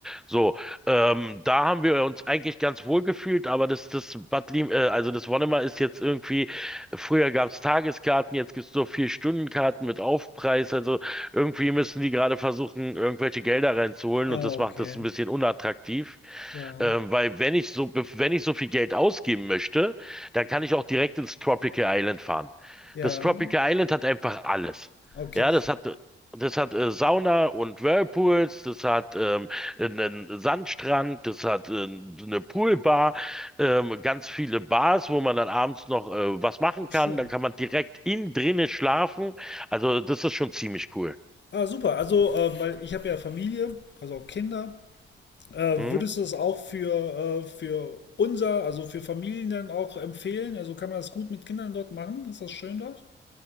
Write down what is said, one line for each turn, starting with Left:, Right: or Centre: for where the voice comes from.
Centre: So, ähm, da haben wir uns eigentlich ganz wohl gefühlt, aber das, das Bad Lim, äh, also das Wonnemar ist jetzt irgendwie, früher gab's Tageskarten, jetzt gibt's nur vier Stundenkarten mit Aufpreis. Also irgendwie müssen die gerade versuchen, irgendwelche Gelder reinzuholen
Left: Ah,
Centre: und das macht
Left: okay.
Centre: das ein bisschen unattraktiv.
Left: Ja.
Centre: Ähm, weil wenn ich so, wenn ich so viel Geld ausgeben möchte, dann kann ich auch direkt ins Tropical Island fahren.
Left: Ja.
Centre: Das Tropical Island hat einfach alles.
Left: Okay.
Centre: Ja, das hat, das hat äh, Sauna und Whirlpools, das hat ähm, einen Sandstrand, das hat äh, eine Poolbar, ähm, ganz viele Bars, wo man dann abends noch äh, was machen
Left: Das ist
Centre: kann.
Left: Schön.
Centre: Dann kann man direkt innen drinnen schlafen. Also das ist schon ziemlich cool.
Left: Ah, super. Also, äh, weil ich habe ja Familie, also auch Kinder. Äh,
Centre: Hm?
Left: würdest du es auch für, äh, für unser, also für Familien dann auch empfehlen? Also kann man das gut mit Kindern dort machen? Ist das schön dort?